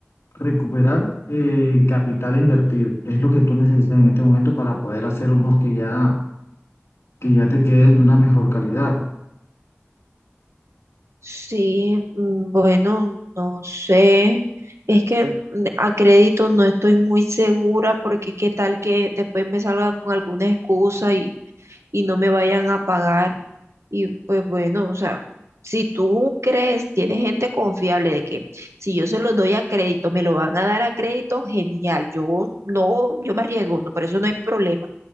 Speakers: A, on the left; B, on the right.
A: recuperar eh, el capital invertido. Es lo que tú necesitas en este momento para poder hacer unos que ya, que ya te queden de una mejor calidad.
B: Sí, mm, bueno, no sé. Es que mm, a crédito no estoy muy segura porque qué tal que después me salga con alguna excusa y no me vayan a pagar. Y pues bueno, o sea, si tú crees, tienes gente confiable de que si yo se los doy a crédito, me lo van a dar a crédito, genial. Yo no, yo me arriesgo, no, por eso no hay problema.